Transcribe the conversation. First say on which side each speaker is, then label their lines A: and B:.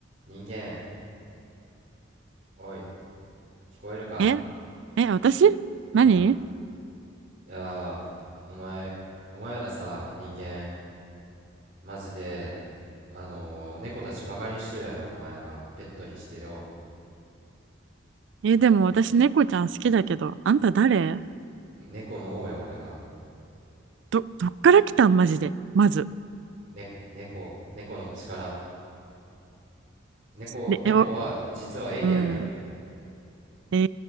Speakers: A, on the right (about 40°); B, on the right (about 60°).
A: 人間、おい、聞こえるか
B: ええ、私何
A: うん。いやー、お前、お前らさ、人間、マジで、あのー猫たちバカにしてるやろ、お前ら。ペットにしてよ。
B: え、でも私猫ちゃん好きだけど、あんた誰
A: 猫の王や、俺が。
B: ど、どっから来たんマジで。まず。
A: ね、猫、猫の星から。猫、
B: で、
A: 猫は、
B: え、お、
A: 実はエイリアンなの。
B: うん。え